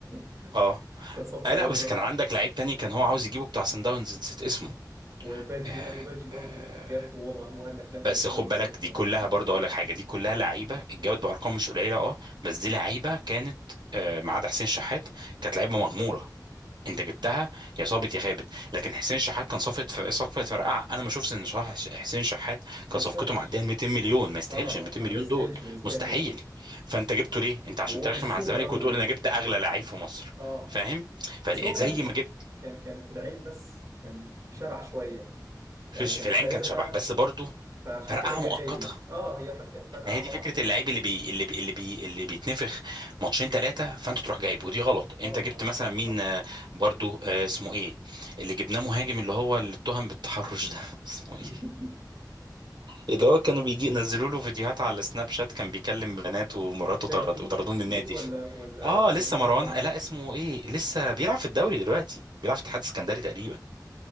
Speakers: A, on the right (about 40°); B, on the right (about 80°).
A: <laughs>
B: أه
A: كانت صفقه
B: آه لا
A: بايظه
B: بس كان عندك لعيب تاني كان هو عاوز يجيبه بتاع سان داونز نسيت اسمه
A: وباجي
B: آه
A: اليو باجي برضه
B: آه
A: جت وهو ما- وقال لك لا ده
B: بس
A: مش كويس
B: خد بالك
A: ومش
B: دي
A: ه-
B: كلها
A: مش موافق
B: برضه
A: عليه
B: أقول لك حاجة دي كلها لعيبة اتجابت بأرقام مش قليلة أه بس دي لعيبة كانت آه، ما عدا حسين شحات كانت لعيبة مغمورة انت جبتها يا صابت يا خابت لكن حسين شحات كان صفقه ف- صفقه فرقعه انا ما اشوفش ان شح- حسين شحات كان
A: ما
B: صفقته
A: يستاهلش
B: معديه ال 200 مليون ما يستاهلش
A: اه
B: ال 200 مليون
A: انا ما يستاهلش
B: دول
A: بالنسبه
B: مستحيل
A: لي يعني
B: فانت جبته ليه انت عشان
A: وهو
B: ترخم
A: مش سوبر
B: على الزمالك
A: قوي
B: وتقول
A: يعني
B: انا جبت اغلى لعيب في مصر
A: اه
B: فاهم فزي
A: بس هو كان
B: ما جبت
A: كان كان في العين بس كان شبح شوية
B: في
A: يعني
B: في
A: كان
B: العين
A: خاربها
B: كان شبح بس برضه
A: فعشان
B: فرقعه
A: كده جه
B: مؤقته
A: غالي اه هي فركة فرقعة
B: ما هي دي
A: طبعا
B: فكره
A: اه
B: اللعيب اللي بي اللي بي اللي بي اللي بيتنفخ ماتشين ثلاثه فانت تروح جايب ودي غلط انت
A: اه
B: جبت
A: اه
B: مثلا مين
A: صح
B: آه، برضو آه، اسمه ايه اللي جبناه مهاجم اللي هو اللي اتهم بالتحرش ده <laughs> اسمه ايه
A: <laughs>
B: اللي هو كانوا بيجي نزلوا له فيديوهات على السناب شات كان بيكلم بنات ومراته طرد
A: ده جديد
B: وطردوه
A: جديد
B: من النادي
A: ولا ولا
B: اه
A: ولا
B: لسه
A: قديم
B: مروان
A: شوية
B: لا اسمه ايه لسه بيلعب في الدوري دلوقتي بيلعب في اتحاد اسكندري تقريبا